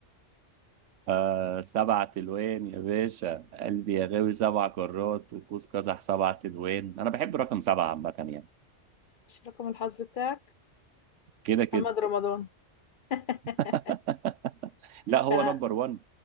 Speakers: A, on the right; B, on the left.
A: آه سبع تلوين يا باشا قلبي يا غاوي سبع كرات وقوس قزح سبع تلوين انا بحب رقم سبعه عامه يعني
B: مش رقم الحظ بتاعك
A: كده كده
B: محمد رمضان <laughs>
A: <laughs> لا هو
B: كان
A: نمبر 1